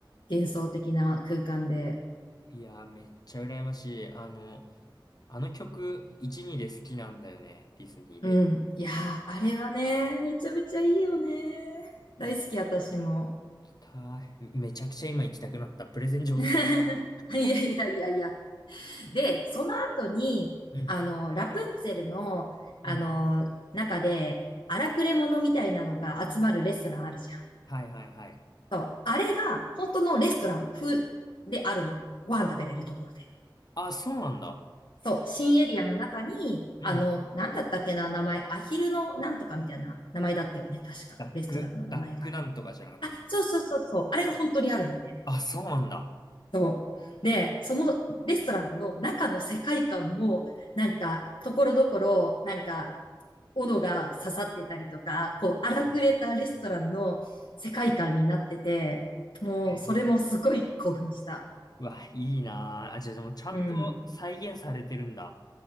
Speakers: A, on the left; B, on the left.
A: 幻想的な空間で。
B: いやー、めっちゃ羨ましい。あの、あの曲、1、2で好きなんだよね、ディズニーで。
A: うん。いやー、あれはね、めちゃめちゃいいよね。大好き、
B: 行
A: 私も。
B: きたい。めちゃくちゃ今行きたくなった。プレゼン上手だね。
A: <laughs> いやいやいやいや。
B: <laughs>
A: で、その後に、
B: うん。
A: あの、ラプンツェルの、あの、
B: うん。
A: 中で、荒くれ者みたいなのが集まるレストランあるじ
B: はいはいはい。
A: ゃん。そう。あれが、本当のレストラン風であるの。ご飯食べれるところで。
B: あ、そうなんだ。
A: そう。新エリアの中に、
B: うん。
A: あの、なんだったっけな、名前。アヒルのなんとかみたいな名前だったよね。確か。
B: ダック、
A: レストランの名前が。
B: ダックなんとかじゃなかったっけ。
A: あ、そうそうそうそう。あれが本当にあるのね。
B: あ、そうなんだ。
A: そう。で、そのレストランの中の世界観も、なんか、ところどころ、なんか、斧が刺さってたりとか、こう、荒くれたレストランの世界観になってて、
B: へ
A: もう、
B: ー
A: それもすごい興奮した。
B: うわ、いいなあ。あ、じゃあ、でもちゃんと再現されてるんだ。
A: うん。